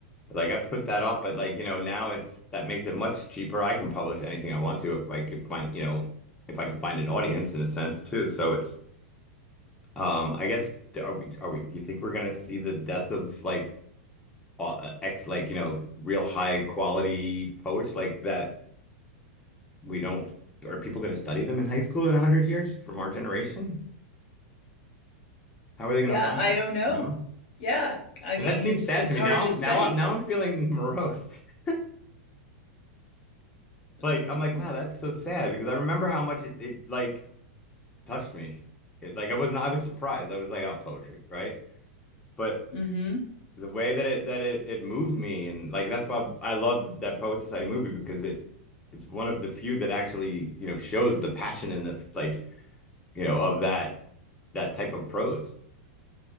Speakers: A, on the left (about 15°); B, on the left (about 55°).
A: like I put that off, but like you know now it's that makes it much cheaper. I can publish anything I want to if I could find, you know, if I could find an audience in a sense too. So it's Um, I guess are we are we you think we're gonna see the death of like uh, ex like you know real high quality poets like that we don't are people gonna study them in high school in a hundred years from our generation? How are they gonna
B: yeah
A: find
B: i
A: them?
B: don't know
A: You know?
B: yeah i
A: And
B: mean
A: that seems
B: it's
A: sad
B: it's
A: to
B: hard
A: me. Now I'm
B: to say
A: now I'm now I'm feeling morose. <laughs> Like
B: <laughs>
A: I'm like, wow, that's so sad because I remember how much it, it like touched me. It like I was not I was surprised. I was like, oh, poetry, right? But
B: Mm-hmm.
A: the way that it that it, it moved me and like that's why I love that Poet Society movie because it it's one of the few that actually you know shows the passion and the like you know of that that type of prose.